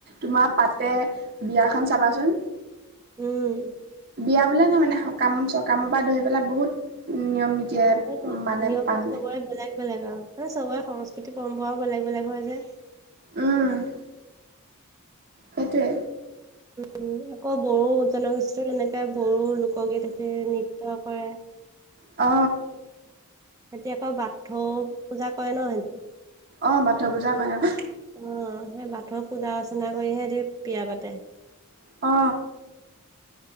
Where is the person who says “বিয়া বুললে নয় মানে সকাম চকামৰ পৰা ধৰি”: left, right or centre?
Right